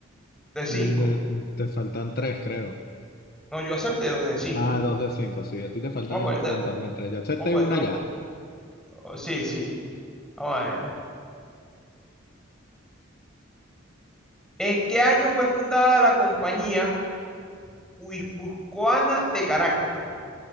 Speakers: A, in the centre; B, on the left (about 50°).
A: De cinco.
B: Me- te faltan tres, creo.
A: No, yo acerté dos de cinco.
B: Ah, dos de cinco, sí. A ti te faltan
A: Vamos a ponértelo,
B: preguntarme tres. Ya acepté
A: vamos a ponértelo
B: una ya.
A: un poco. Sí, sí. Vamos a ver. ¿En qué año fue fundada la compañía Guipuzcoana de Caracas?